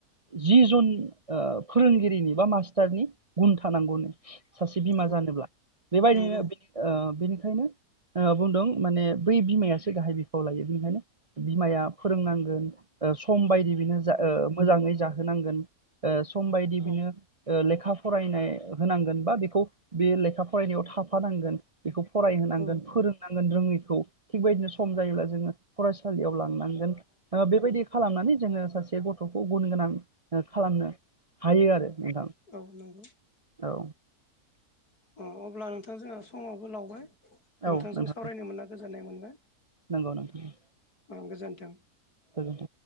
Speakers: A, on the right; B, on the left.
A: जि जन ओ फोरोंगिरिनि बा मास्टारनि गुन थानांगौनो। सासे बिमा
B: औ
A: जानोब्ला। बेबायदिनो
B: नंगौ
A: ओ बेनिखायनो ओ बुंदों माने बै बिमायासो गाहाय बिफाव लायो बिनिखायनो बिमाया फोरोंनांगोन। ओ सम बायदि बिनो जा
B: औ
A: मोजाङै जा होनांगोन। सम बायदि बिनो
B: औ
A: ओ लेखा फरायनाय होनांगोन बा बेखौ बे लेखा थाफानांगोन। बेखौ फरायहोनांगोन
B: औ
A: फोरोंनांगोन रोङै औ। थिगबायदिनो सम जायोब्ला जोङो फरायसालियाव लांनांगोन बेबायदि खालामनानै जोङो सासे गथ'खौ गुन गोनां खालामनो हायो आरो नोंथां
B: औ नंगौ
A: औ।
B: अ अब्ला नोंथां जोंहा समाबो लावबाय। नोंथांजों
A: औ नोंथां
B: सावरायनो
A: दे
B: मोनना गोजोननाय मोनबाय
A: नंगौ नोंथां
B: औ गोजोन्थों।
A: गोजोन्थों